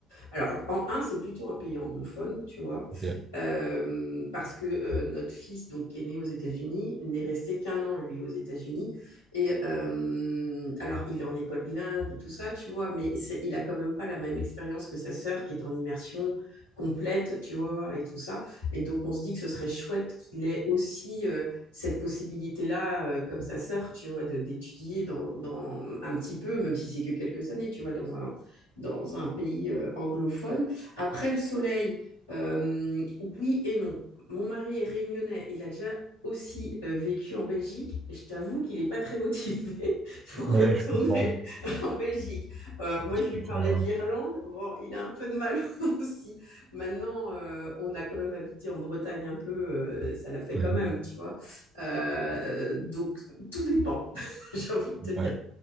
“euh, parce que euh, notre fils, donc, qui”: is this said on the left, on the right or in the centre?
Left